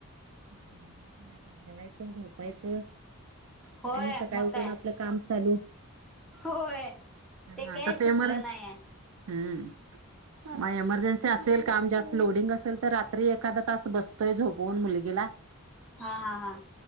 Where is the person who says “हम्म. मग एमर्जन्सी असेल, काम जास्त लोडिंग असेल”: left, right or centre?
Right